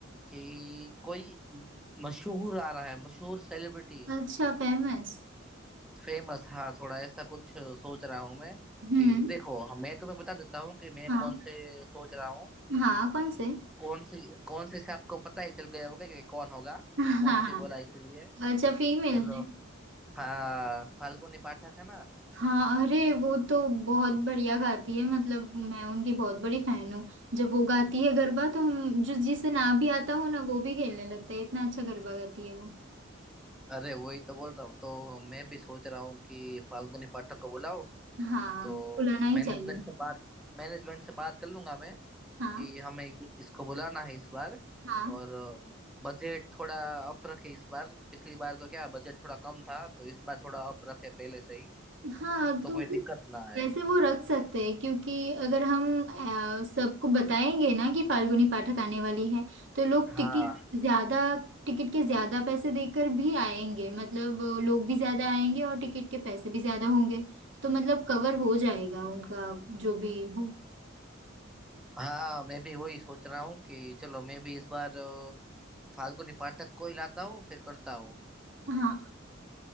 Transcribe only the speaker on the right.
अच्छा फेमस
हम्म
हाँ
हाँ कौन से <laughs>
हाँ
हाँ,
हाँ।
अच्छा फीमेल
है
हाँ अरे वो तो बहुत बढ़िया गाती है मतलब मैं उनकी बहुत बड़ी फैन हूँ जब वो गाती है गरबा तो हम जो जिसे ना भी आता हो ना वो भी खेलने लगता है इतना अच्छा गरबा गाती है वो
हाँ
बुलाना ही
चाहिए
हाँ
हाँ
हाँ
तो
वैसे वो रख सकते हैं क्योंकि अगर हम अ, सबको बताएंगे ना कि फाल्गुनी पाठक आने वाली है तो लोग
टिकट ज्यादा टिकट के ज्यादा पैसे देकर भी आएंगे मतलब अ, लोग भी ज्यादा आएंगे और टिकट के पैसे भी ज्यादा होंगे तो मतलब कवर हो जाएगा उनका जो भी हो
हाँ